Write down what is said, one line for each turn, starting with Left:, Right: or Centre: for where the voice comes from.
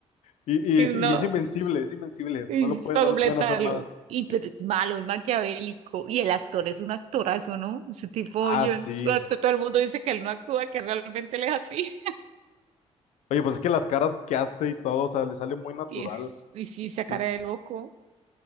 Left: y,
Right: Y
Left: y es
Right: no,
Left: y es invencible, es invencible,
Right: Y
Left: no lo pueden,
Right: para
Left: no
Right: completarlo.
Left: lo pueden hacer nada.
Right: Y pero es malo, es maquiavélico. Y el actor es un actorazo, ¿no? Ese tipo,
Left: Ah,
Right: yo,
Left: sí.
Right: hasta todo el mundo dice que él no actúa, que realmente él es así. <laughs>
Left: Oye, pues es que las caras que hace y todo, o sea, le sale muy
Right: Sí,
Left: natural.
Right: es, y sí, esa cara
Left: sí.
Right: de loco.